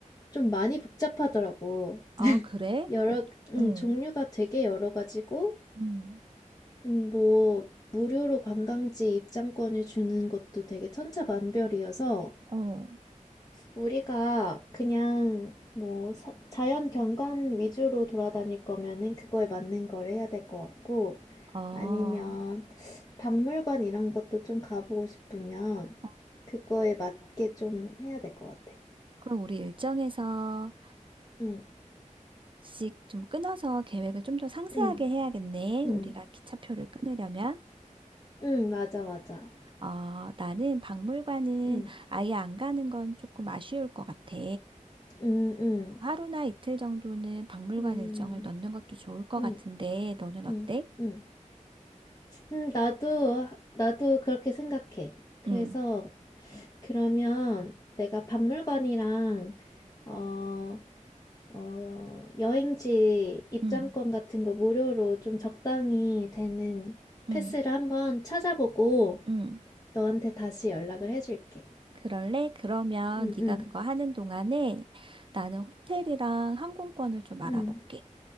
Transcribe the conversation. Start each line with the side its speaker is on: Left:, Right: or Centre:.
Left: 좀 많이 복잡하더라고.
Right: 아, 그래?
Left: 여러,
Right: 어,
Left: 음,
Right: 응,
Left: 종류가 되게 여러 가지고,
Right: 응,
Left: 음, 뭐, 무료로 관광지 입장권을 주는 것도 되게 천차만별이어서,
Right: 어,
Left: 우리가 그냥 뭐 사- 자연 경관 위주로 돌아다닐 거면은 그거에 맞는 걸 해야 될 것 같고
Right: 아.
Left: 아니면 박물관 이런 것도 좀 가보고 싶으면
Right: 어,
Left: 그거에 맞게 좀 해야 될 것 같아.
Right: 그럼 우리 일정에서
Left: 응,
Right: 며칠씩 좀 끊어서 계획을 좀 더 상세하게
Left: 응,
Right: 해야겠네.
Left: 응,
Right: 우리가 기차표를 끊으려면.
Left: 응, 맞아, 맞아.
Right: 아, 나는 박물관은
Left: 응,
Right: 아예 안 가는 건 조금 아쉬울 것 같아.
Left: 응, 응,
Right: 하루나 이틀 정도는 박물관
Left: 응,
Right: 일정을 넣는 것도 좋을 것
Left: 응,
Right: 같은데, 너는 어때?
Left: 응, 응. 음, 나도, 나도 그렇게 생각해. 그래서
Right: 응,
Left: 그러면 내가 박물관이랑 어, 어, 여행지 입장권
Right: 응,
Left: 같은 거 무료로 좀 적당히 되는 패스를
Right: 응,
Left: 한번 찾아보고
Right: 응.
Left: 너한테 다시 연락을 해줄게.
Right: 그럴래? 그러면
Left: 응,
Right: 네가
Left: 응,
Right: 그거 하는 동안에 나는 호텔이랑 항공권을 좀 알아볼게.
Left: 응,